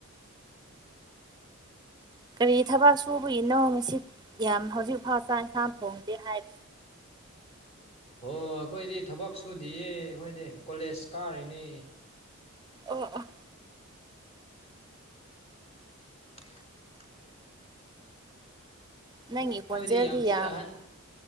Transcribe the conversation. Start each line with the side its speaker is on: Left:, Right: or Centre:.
Right: ꯀꯔꯤ ꯊꯕꯛ ꯁꯨꯕꯒꯤꯅꯣ ꯉꯁꯤ ꯌꯥꯝ ꯍꯧꯖꯤꯛꯐꯥꯎ ꯆꯥꯛ ꯏꯟꯁꯥꯡ ꯊꯣꯡꯗꯦ ꯍꯥꯏꯞ
Left: ꯑꯣ ꯑꯩꯈꯣꯏꯗꯤ ꯊꯕꯛ ꯁꯨꯗꯤꯌꯦ ꯑꯩꯈꯣꯏꯗꯤ ꯀꯣꯂꯦꯖ ꯀꯔꯤꯅꯦ꯫
Right: ꯑꯥ ꯑꯥ
Left: <inaudible>
Right: ꯅꯪꯒꯤ ꯈꯣꯟꯖꯦꯜꯗꯤ
Left: ꯅꯣꯏꯗꯤ ꯊꯤ
Right: ꯌꯥꯝ
Left: ꯑꯍꯟ